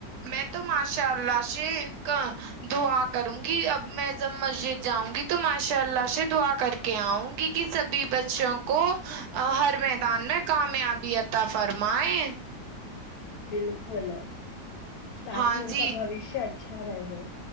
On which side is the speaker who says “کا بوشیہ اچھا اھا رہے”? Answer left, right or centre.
Left